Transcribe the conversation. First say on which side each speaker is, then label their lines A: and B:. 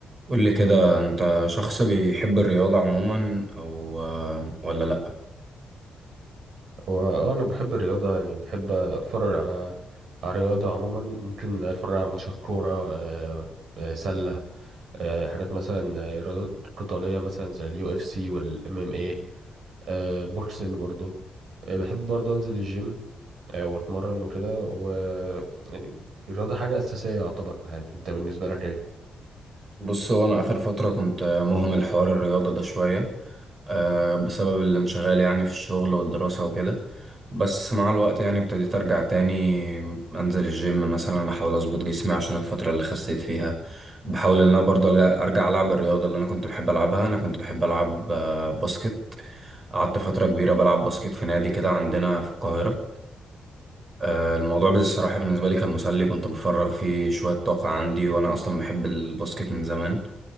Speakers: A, on the right; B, on the right.
A: قول لي كده انت شخص بيحب الرياضة عموما او آه، ولا لا
B: وانا بحب الرياضه يعني بحب اتفرج على على الرياضه عموما ممكن اتفرج على ماتشات كوره آه، آه، سله آه، حاجات مثلا آه، رياضات قتاليه مثلا زي اليو اف سي والام ام اي بوكسنج برضو آه، بحب برضو انزل الجيم آه، واتمرن وكده و يعني الرياضه حاجه اساسيه يعتبر في حياتي انت بالنسبه لك ايه
A: بص هو انا اخر فترة كنت مهمل حوار الرياضة ده شوية آه، بسبب الانشغال يعني في الشغل والدراسة وكده بس مع الوقت يعني ابتديت ارجع تاني انزل الجيم مثلا احاول اظبط جسمي عشان الفترة اللي خسيت فيها بحاول ان انا برضه ارجع أرجع العب الرياضة اللي انا كنت بحب العبها انا كنت بحب العب آه، باسكت قعدت فترة كبيرة بلعب باسكت في نادي كده عندنا في القاهرة آه، الموضوع بصراحة بالنسبة لي كان مسلي كنت بفرغ فيه شوية طاقة عندي وأنا أصلا بحب الباسكت من زمان